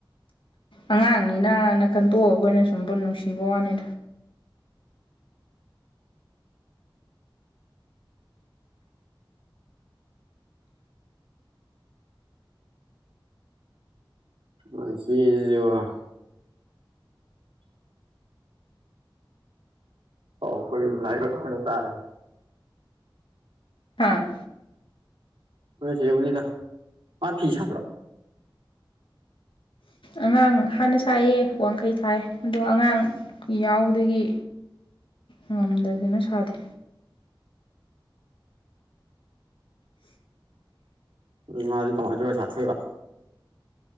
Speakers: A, on the left (about 75°); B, on the right (about 80°).
A: ꯑꯉꯥꯡꯅꯤꯅꯅ ꯈꯟꯇꯣꯛꯑꯒ ꯑꯩꯈꯣꯏꯅ ꯁꯨꯝ ꯅꯨꯡꯁꯤꯕ ꯋꯥꯅꯤꯗ
B: ꯃꯁꯤꯖꯨꯕ ꯍꯥꯎ ꯀꯣꯏ ꯂꯅꯥꯔꯛꯅ ꯇꯥꯔꯦ
A: ꯍꯥꯥ
B: ꯅꯣꯏ ꯆꯦꯕꯨꯅꯤꯗ ꯃꯥ ꯐꯤ ꯁꯥꯠꯇ꯭ꯔꯣ <inaudible>
A: ꯑꯉꯥꯡ ꯍꯥꯟꯅ ꯁꯥꯏꯌꯦ ꯋꯥꯡꯈꯩ ꯁꯥꯏ ꯑꯗꯣ ꯑꯉꯥꯡ ꯌꯥꯎꯕꯗꯒꯤ ꯉꯝꯗꯗꯅ ꯁꯥꯗꯦ
B: ꯎꯝ ꯃꯥꯗꯤ ꯀꯃꯥꯏꯅ ꯇꯧꯔꯒ ꯁꯥꯊꯣꯏꯕ